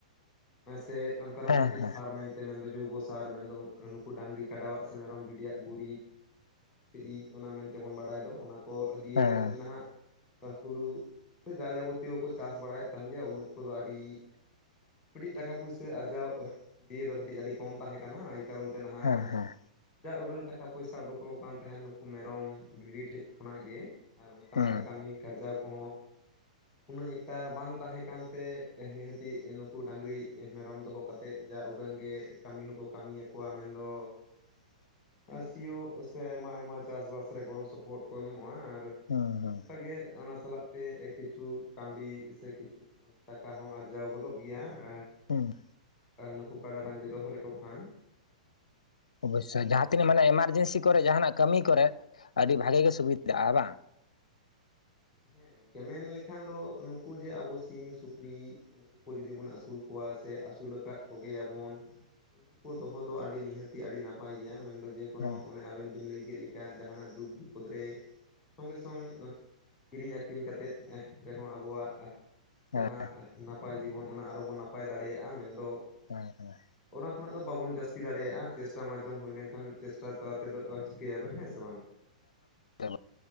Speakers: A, on the left; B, on the left.
A: ᱦᱮᱸ ᱥᱮ ᱚᱱᱠᱟᱱᱟᱜ
B: ᱦᱮᱸ
A: ᱢᱤᱫᱴᱤᱡ
B: ᱦᱮᱸ
A: ᱥᱟᱨ ᱢᱮᱱᱛ ᱛᱮ ᱢᱮᱱᱫᱚ ᱡᱳᱭᱵᱚᱥᱟᱨ ᱢᱮᱱᱫᱚ ᱱᱩᱠᱩ ᱰᱟᱹᱟᱝᱨᱤ ᱠᱟᱰᱟᱣᱟᱜ ᱥᱮ ᱢᱮᱨᱚᱢ ᱵᱷᱤᱰᱤᱭᱟᱜ ᱜᱩᱨᱤᱡ ᱥᱤᱢ ᱤᱡ ᱚᱱᱟ ᱢᱮᱱᱛᱮᱵᱚᱱ ᱵᱟᱰᱟᱭ ᱫᱚ ᱚᱱᱟ ᱠᱚ ᱫᱤᱭᱮᱹ
B: ᱦᱮᱸ
A: ᱠᱚᱛᱮ ᱜᱮ ᱱᱟᱦᱟᱜ ᱦᱩᱲᱩ ᱥᱮ ᱡᱟ ᱡᱟᱵᱚᱛᱤᱭᱚ ᱠᱚ ᱪᱟᱥ ᱵᱟᱲᱟᱭᱮᱫ ᱛᱟᱦᱮᱱ ᱜᱮᱭᱟ ᱩᱱ ᱚᱠᱛᱚ ᱫᱚ ᱟᱹᱰᱤ ᱠᱟᱹᱴᱤᱡ ᱴᱟᱠᱟ ᱯᱩᱭᱥᱟᱹ ᱟᱨᱡᱟᱣ ᱫᱤᱭᱮ ᱫᱚ ᱠᱟᱹᱴᱤᱡ ᱟᱹᱰᱤ ᱠᱚᱢ ᱛᱟᱦᱮᱸ ᱠᱟᱱᱟ ᱮᱭ ᱠᱟᱨᱚᱱ ᱛᱮ ᱱᱟᱦᱟᱜ
B: ᱦᱮᱸ ᱦᱮᱸ
A: ᱡᱟ ᱩᱰᱟᱹᱝ ᱴᱟᱠᱟ ᱯᱚᱭᱥᱟ ᱩᱰᱩᱠᱚᱜ ᱟᱠᱟᱱ ᱛᱟᱸᱦᱮᱫ ᱱᱩᱠᱩ ᱢᱮᱨᱚᱢ ᱵᱷᱤᱲᱤ ᱴᱷᱮᱡ ᱠᱷᱚᱱᱟᱜ ᱜᱮ ᱟᱨ ᱚᱱᱠᱟᱱᱟᱜ
B: ᱦᱩᱸ
A: ᱠᱟᱹᱢᱤ ᱠᱟᱨᱡᱟᱣ ᱠᱚᱦᱚᱸ ᱩᱱᱟᱹᱜ ᱮᱠᱴᱟ ᱵᱟᱝ ᱛᱟᱦᱮᱸ ᱠᱟᱱᱛᱮ ᱱᱤᱦᱟᱹᱛᱤ ᱱᱩᱠᱩ ᱰᱟᱝᱨᱤ ᱢᱮᱨᱚᱢ ᱫᱚᱦᱚ ᱠᱟᱛᱮᱫ ᱡᱟ ᱩᱰᱟᱹᱝ ᱜᱮ ᱠᱟᱹᱢᱤ ᱦᱚᱸᱠᱚ ᱠᱟᱹᱢᱤᱭᱟᱠᱚᱣᱟ ᱢᱮᱱᱫᱚ
B: <unintelligible>
A: ᱟᱨ ᱥᱤᱭᱳᱜ ᱥᱮ ᱟᱭᱢᱟ ᱟᱭᱢᱟ ᱪᱟᱥ ᱵᱟᱥ ᱨᱮ ᱜᱚᱲᱚ ᱥᱚᱯᱚᱦᱚᱫ ᱠᱚ ᱮᱢᱚᱜᱼᱟ ᱟᱨ
B: ᱦᱩᱸ ᱦᱩᱸ
A: ᱚᱱᱠᱟᱜᱮ ᱚᱱᱟ ᱥᱟᱞᱟᱜ ᱛᱮ ᱠᱤᱪᱷᱩ ᱠᱟᱹᱣᱰᱤ ᱥᱮ ᱠᱤᱪᱷᱩ ᱴᱟᱠᱟ ᱦᱚᱸ ᱟᱨᱡᱟᱣ ᱜᱚᱫᱚᱜ ᱜᱮᱭᱟ ᱟᱨ
B: ᱦᱩᱸ
A: ᱟᱨ ᱱᱩᱠᱩ ᱠᱟᱰᱟ ᱰᱟᱝᱨᱤ ᱫᱚᱦᱚ ᱞᱮᱠᱚ ᱠᱷᱟᱱ
B: ᱚᱵᱚᱥᱥᱳ
A: ᱦᱮᱸ
B: ᱡᱟᱦᱟᱸ ᱛᱤᱱᱟᱹᱜ ᱢᱟᱱᱮ ᱮᱢᱟᱨᱡᱮᱱᱥᱤ ᱠᱚᱨᱮ ᱡᱟᱦᱟᱱᱟᱜ ᱠᱟᱹᱢᱤ ᱠᱚᱨᱮ ᱟᱹᱰᱤ ᱵᱷᱟᱜᱤ ᱜᱮ ᱥᱩᱵᱤᱫᱷᱟᱜᱼᱟ ᱵᱟᱝ
A: ᱦᱮᱸ ᱜᱚᱝᱠᱮ ᱢᱮᱱ ᱞᱮᱠᱷᱟᱱ ᱫᱚ ᱱᱩᱠᱩ ᱡᱮ ᱟᱵᱚ ᱥᱤᱢ ᱥᱩᱠᱨᱤ ᱩᱱᱠᱩ ᱠᱚ ᱡᱩᱫᱤ ᱵᱚᱱ ᱟᱹᱥᱩᱞ ᱠᱚᱣᱟ ᱥᱮ ᱟᱹᱥᱩᱞ ᱟᱠᱟᱫ ᱠᱚᱜᱮᱭᱟᱵᱚᱱ ᱩᱱᱠᱩ ᱠᱚ ᱫᱚᱦᱚ ᱫᱚ ᱟᱹᱰᱤ ᱱᱤᱦᱟᱹᱛᱤ ᱟᱹᱰᱤ ᱱᱟᱯᱟᱭ ᱜᱮᱭᱟ ᱢᱮᱱᱫᱚ ᱡᱮ ᱠᱚᱱᱳ
B: ᱦᱮᱸ
A: ᱚᱱᱮ ᱟᱵᱮᱱ ᱵᱮᱱ ᱞᱟᱹᱭ ᱠᱮᱫ ᱞᱮᱠᱟ ᱡᱟᱦᱟᱱᱟᱜ ᱫᱩᱠ ᱵᱤᱯᱚᱫ ᱨᱮ ᱥᱚᱸᱜᱮ ᱥᱚᱝ ᱠᱤᱨᱤᱧ ᱟᱹᱠᱷᱨᱤᱧ ᱠᱟᱛᱮᱫ ᱨᱮᱦᱚᱸ ᱟᱵᱚᱣᱟᱜ
B: ᱦᱮᱸ
A: ᱡᱟᱦᱟᱸ ᱱᱟᱯ ᱴ--ᱟᱭ ᱡᱤᱵᱚᱱ ᱚᱱᱟ ᱟᱨᱦᱚᱵᱚᱱ ᱱᱟᱯᱟᱭ ᱫᱟᱲᱮᱭᱟᱜᱼᱟ ᱢᱮᱱᱫᱚ
B: ᱦᱮᱸ ᱦᱮᱸ
A: ᱚᱱᱟ ᱠᱷᱚᱱᱟᱜ ᱫᱚ ᱵᱟᱵᱚᱱ ᱡᱟᱹᱥᱛᱤ ᱫᱟᱲᱮᱭᱟᱜᱼᱟ ᱟᱨ ᱪᱮᱥᱴᱟ ᱢᱟᱫᱽᱫᱷᱚᱢ ᱦᱩᱭ ᱞᱮᱱᱠᱷᱟᱱ ᱪᱮᱥᱴᱟ ᱛᱟᱞᱟ ᱛᱮᱫᱚ ᱪᱤᱠᱟᱹᱭᱟᱵᱱ ᱦᱮᱸ ᱥᱮ ᱵᱟᱝ
B: ᱦᱮᱸ